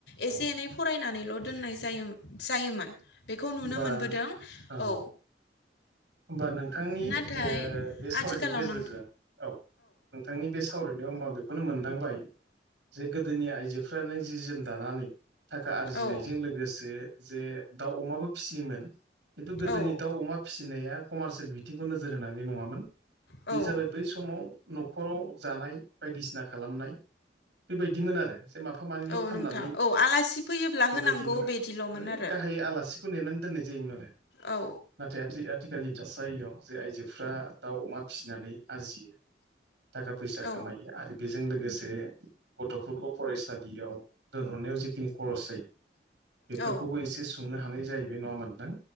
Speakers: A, on the left; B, on the right.
A: एसे
B: औ
A: एनै फरायनानैल' दोननाय जाय जायोमोन। बेखौ
B: होमबा
A: नुनो मोनबोदों
B: ओं
A: औ
B: होमबा नोंथांनि
A: नाथाय
B: ओ बे सावरायनायनि
A: आथिखालाव
B: गेजेरजों
A: नों
B: औ नोंथांनि बे सावरायनायाव होनबा आं बेखौनो मोनदांबाय जे गोदोनि आइजोफ्रानो जि जोम दानानै थाखा आरजिनायजों
A: औ
B: लोगोसे जे दाउ अमाबो फिसियोमोन खिन्थु गोदोनि
A: औ
B: दाउ अमा फिसिनाया कमारसियेल बिथिंखौ नोजोर होनानै नङामोन।
A: औ
B: बे जाबाय बै समाव न'खराव जानाय बायदिसिना खालामनाय बेबायदिमोन आरो। जे माफा मानैल'
A: औ
B: फाननानै
A: नोंथां औ आलासि फैयोब्ला
B: बेबायदिमोन
A: होनांगौ बिदिल'मोन
B: माने
A: आरो
B: गाहायै आलासि खौ नेनानै दोननाय जायोम मोन आरो‌।
A: औ
B: नाथाय आथि आथिखालनि थासारियाव जे आइजोफ्रा दाउ अमा फिसिनानै आरजियो। थाखा फैसा
A: औ
B: खामायो आरो बे जों लोगोसे गथ'फोरखौ फरायसालियाव दोनहरनायाव जेखिनि खरस जायो बेफोरखौबो
A: औ
B: एसे सुंनो हानाय जाहैबाय नङा होनबा नोंथां